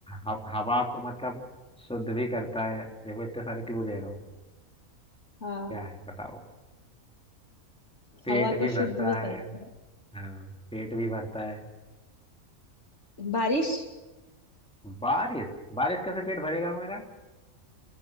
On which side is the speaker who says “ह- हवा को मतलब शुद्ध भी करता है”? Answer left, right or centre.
Centre